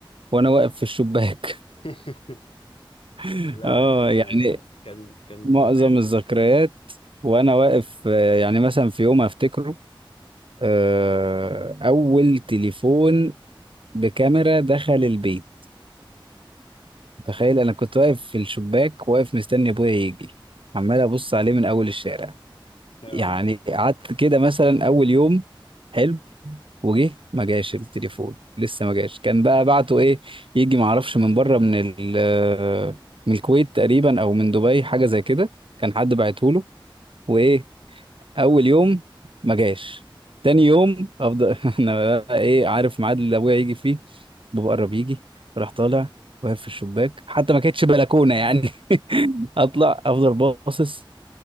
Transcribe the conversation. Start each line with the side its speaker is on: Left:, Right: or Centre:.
Right: وانا واقف في الشباك
Left: <laughs>
Right: <laughs>
Left: لا
Right: اه
Left: احنا
Right: يعني
Left: كان كان
Right: معظم
Left: زمان
Right: الذكريات وانا واقف آه، يعني مثلا في يوم افتكره آه، اول تليفون بكاميرا دخل البيت تخيل انا كنت واقف في الشباك واقف مستني ابويا يجي عمال ابص عليه من اول الشارع
Left: اه
Right: يعني قعدت كده مثلا اول يوم حلو وجه ما جاش التليفون لسه ما جاش كان بقى بعته ايه يجي ما اعرفش من بره من ال آه، من الكويت تقريبا او من دبي حاجه زي كده كان حد بعته له وايه اول يوم ما جاش تاني يوم افضل <laughs> انا بقى ايه عارف ميعاد اللي ابويا يجي فيه بابا قرب يجي راح طالع واقف في الشباك حتى ما كانتش بلكونه يعني <laughs> اطلع افضل باصص